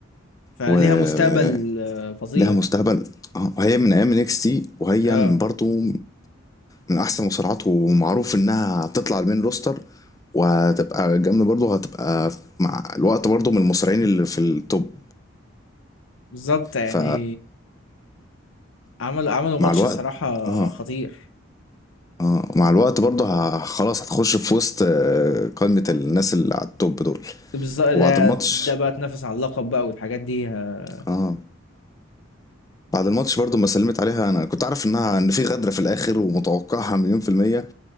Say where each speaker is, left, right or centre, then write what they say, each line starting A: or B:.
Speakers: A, on the left; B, on the left.
A: فليها
B: و
A: مستقبل آه، فظيع
B: لها مستقبل اه هي من ايام اكس تي وهي
A: اه
B: من برضو من احسن المصارعات ومعروف انها هتطلع المين روستر وهتبقى جامده برضو هتبقى مع الوقت برضو من المصارعين اللي في التوب
A: بالظبط يعني
B: ف
A: عملوا عملوا ماتش
B: مع الوقت
A: الصراحة
B: اه
A: خطير
B: اه مع الوقت برضه ه- خلاص هتخش في وسط آه، قائمة الناس اللي على التوب دول
A: بالظبط
B: وبعد
A: ده
B: الماتش
A: ده بقى تنافس على اللقب بقى والحاجات دي آه،
B: اه بعد الماتش برضه ما سلمت عليها انا كنت عارف انها ان في غدرة في الاخر ومتوقعها مليون في المية